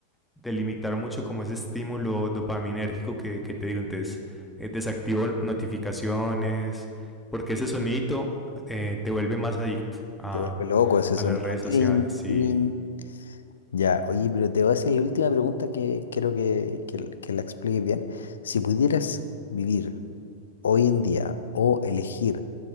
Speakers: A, in the centre; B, on the left.
A: de limitar mucho como ese estímulo dopaminérgico que, que te digo. Entonces, eh, desactivo notificaciones, porque ese sonidito eh, te vuelve más adicto a,
B: Te vuelve loco ese
A: a
B: sonido.
A: las redes sociales.
B: Tirín,
A: Y
B: tirín. Ya, oye, pero te voy a hacer la última pregunta que quiero que, que que la expliques bien. Si pudieras vivir hoy en día o elegir